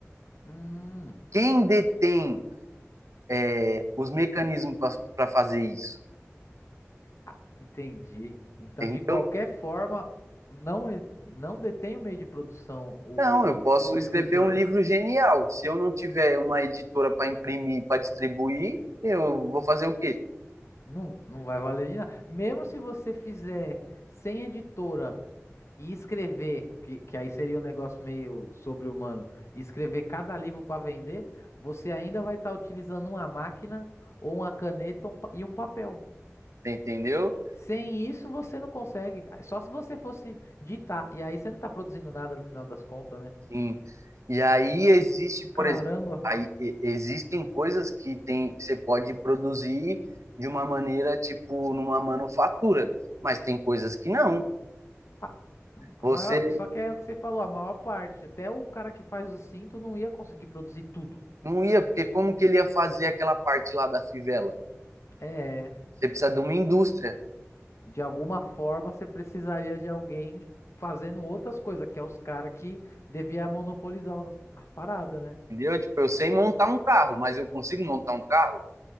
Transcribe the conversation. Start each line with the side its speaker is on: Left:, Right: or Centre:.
Left: Hum.
Right: Quem detém, é, os mecanismos para fazer isso?
Left: Ah, Entendi. Então,
Right: Entendeu?
Left: de qualquer forma, não, e- não detém o meio de produção o,
Right: Não, eu posso
Left: o
Right: escrever
Left: escritor.
Right: um livro genial. Se eu não tiver uma editora para imprimir, para distribuir, eu vou fazer o quê?
Left: Não, não vai valer de nada. Mesmo se você fizer sem editora e escrever, que, que aí seria um negócio meio sobre-humano, e escrever cada livro para vender, você ainda vai estar utilizando uma máquina ou uma caneta um pa- e um papel.
Right: entendeu?
Left: Sem isso, você não consegue. Só se você fosse ditar. E aí você não está produzindo nada no final das contas, né?
Right: Sim. E aí existe, por
Left: Caramba.
Right: exemplo, aí e- existem coisas que tem, você pode produzir de uma maneira, tipo, numa manufatura, mas tem coisas que não.
Left: A, a
Right: Você
Left: maior, só que é o que você falou, a maior parte. Até o cara que faz o cinto não ia conseguir produzir tudo.
Right: não ia, porque como que ele ia fazer aquela parte lá da fivela?
Left: É,
Right: Você precisa de uma indústria,
Left: de alguma forma você precisaria de alguém fazendo outras coisas, que é os caras que devia monopolizar os- as, paradas, né?
Right: entendeu? Tipo, eu sei montar um carro, mas eu consigo montar um carro?